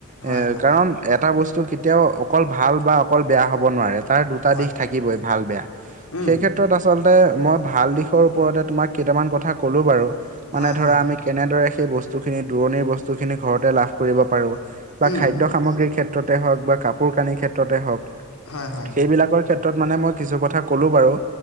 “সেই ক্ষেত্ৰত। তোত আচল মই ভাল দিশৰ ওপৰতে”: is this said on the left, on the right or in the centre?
Right